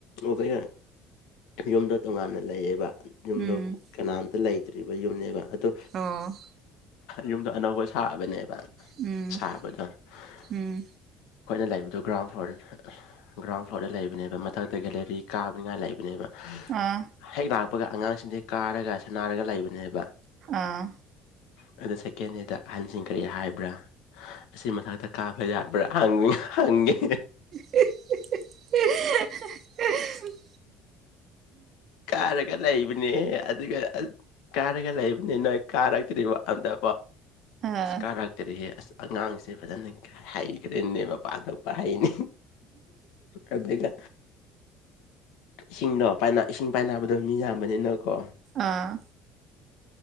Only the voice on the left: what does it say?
ꯑꯣꯕꯒ ꯌꯨꯝꯗꯣ ꯇꯣꯉꯥꯟꯅ ꯂꯩꯌꯦꯕ ꯌꯨꯝꯗꯣ
ꯀꯅꯥꯝꯇ ꯂꯩꯇ꯭ꯔꯤꯕ ꯌꯨꯝꯅꯦꯕ ꯑꯗꯣ
ꯌꯨꯝꯗꯣ ꯑꯅꯧꯕ ꯁꯥꯕꯅꯦꯕ
ꯁꯥꯕꯗ ꯑꯩꯈꯣꯏꯅ
ꯂꯩꯕꯗꯣ ꯒ꯭ꯔꯥꯎꯟ ꯐ꯭ꯂꯣꯔ ꯒ꯭ꯔꯥꯎꯟ ꯐ꯭ꯂꯣꯔꯗ ꯂꯩꯕꯅꯦꯕ ꯃꯊꯛꯇ ꯒꯦꯂꯦꯔꯤ ꯀꯥꯕꯅꯤꯉꯥꯏ ꯂꯩꯕꯅꯦꯕ
ꯍꯦꯛ ꯂꯥꯛꯄꯒ ꯑꯉꯥꯡꯁꯤꯡꯁꯦ ꯀꯥꯔꯒ ꯁꯅꯥꯔꯒ ꯂꯩꯕꯅꯦꯕ
ꯑꯗ ꯁꯦꯀꯦꯟ ꯍꯦꯗ ꯑꯍꯟꯁꯤꯡ ꯀꯔꯤ ꯍꯥꯏꯕ꯭ꯔꯥ ꯑꯁꯤ ꯃꯊꯛꯇ ꯀꯥꯕ ꯌꯥꯕ꯭ꯔꯥ ꯍꯪ ꯍꯪꯒꯦ
ꯀꯥꯔꯒ ꯂꯩꯕꯅꯦ ꯑꯗꯨꯒ ꯀꯥꯔꯒ ꯂꯩꯕ ꯅꯣꯏ ꯀꯥꯔꯛꯇ꯭ꯔꯤꯕ ꯑꯝꯇ
ꯀꯥꯔ ꯀꯔꯤ ꯑꯁ ꯑꯉꯥꯡꯁꯦ ꯐꯖꯅ ꯍꯩꯈ꯭ꯔꯦꯅꯦꯕ ꯄꯥꯡꯊꯛꯄ ꯍꯩꯅꯦ ꯑꯗꯨꯒ ꯏꯁꯤꯡꯗꯣ ꯏꯁꯤꯡ ꯄꯥꯏꯅꯕꯗꯣ ꯃꯤ ꯌꯥꯝꯕꯅꯤꯅꯀꯣ